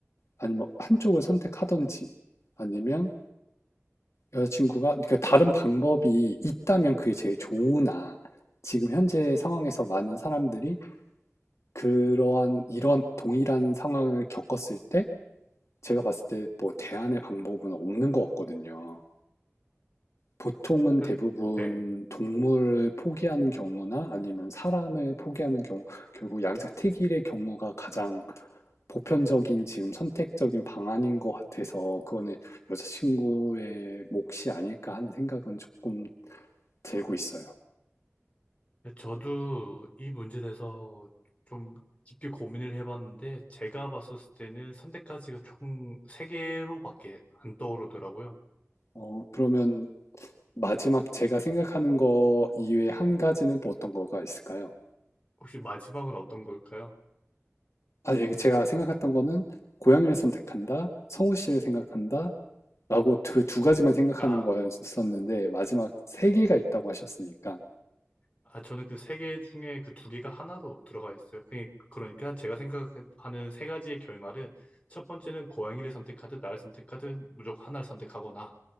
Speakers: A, on the left; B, on the left.
A: 아니면 한쪽을 선택하든지 아니면 여자친구가 그러니까 다른 방법이 있다면 그게 제일 좋으나 지금 현재 상황에서 많은 사람들이 그러한 이러한 동일한 상황을 겪었을 때 제가 봤을 때 뭐 대안의 방법은 없는 것 같거든요. 보통은
B: 그-
A: 대부분
B: 네.
A: 동물을 포기하는 경우나 아니면 사람을 포기하는 경우, 결국 양자택일의 경우가 가장 보편적인 지금 선택적인 방안인 것 같아서 그거는 여자친구의 몫이 아닐까 하는 생각은 조금 들고 있어요.
B: 저도 이 문제에 대해서 좀 깊게 고민을 해봤는데 제가 봤었을 때는 선택까지가 총 세 개로밖에 안 떠오르더라고요.
A: 어, 그러면 마지막 제가 생각하는 거 이외에 한 가지는 또 어떤 거가 있을까요?
B: 혹시 마지막은 어떤 걸까요?
A: 아, 예, 제가 생각했던 거는 고양이를 선택한다, 성우 씨를 생각한다, 라고 그 두 가지만 생각하는
B: 아,
A: 거였었는데, 마지막 세 개가 있다고 하셨으니까.
B: 아 저는 그 세 개 중에 그 두 개가 하나로 들어가 있어요. 그니- 그러니까 제가 생각하는 세 가지의 결말은 첫 번째는 고양이를 선택하든 나를 선택하든 무조건 하나를 선택하거나